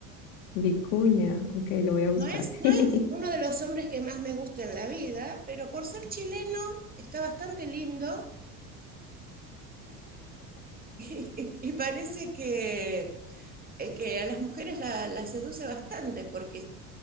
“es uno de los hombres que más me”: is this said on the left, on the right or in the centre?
Right